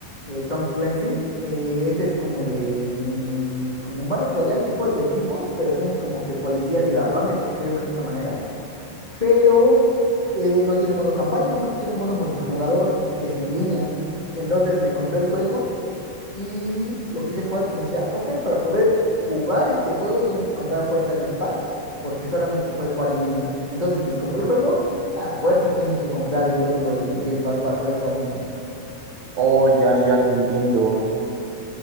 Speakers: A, on the left; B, on the right.
A: eh, Tom Clancy, eh, ese es como de, mm, como un Battle Royale tipo de equipos, pero tienes como que policías y ladrones, si lo quieres ver de esa manera, pero eh, no tiene modo campaña, nada más tiene modo multijugador, que es en línea. Entonces me compré el juego. y lo quise jugar y me decía, ok, para poder jugar este juego tienes que comprar a fuerza Game Pass porque solamente se puede jugar en línea. Entonces, si compré el juego, a fuerzas tienes que comprar el otro, el Game Pass, para poder jugar en línea.
B: Oh, ya, ya te entiendo.